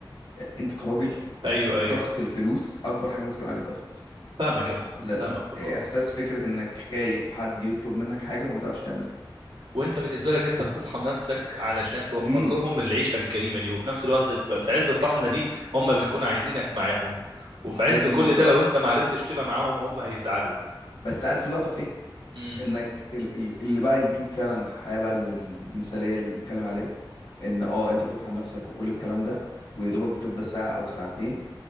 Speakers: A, on the left (about 65°); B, on the right (about 75°).
A: انت كراجل
B: ايوه ايوه
A: ضغط الفلوس اكبر حاجه ممكن تعمل عليك ضغط
B: فاهمك يا محمد
A: لا
B: فاهمك والله
A: احساس فكره انك خايف حد يطلب منك حاجه فما تعرفش تعملها
B: وانت بالنسبه لك انت بتطحن نفسك علشان توفر
A: امم
B: لهم العيشه الكريمه دي وفي نفس الوقت في في عز الطحنه دي هم بيكونوا عايزينك معاهم وفي عز
A: هي دي
B: كل
A: النقطه
B: ده
A: بقى
B: لو انت ما عرفتش تبقى معاهم هم هيزعلوا
A: بس عارف اللقطه في ايه
B: امم
A: انك ال- ال- اللي بقى يجيب فعلا الحياة بقى ال- المثالية اللي بنتكلم عليها ان اه انت بتطحن نفسك وكل الكلام ده ويا دوبك بتفضى ساعة او ساعتين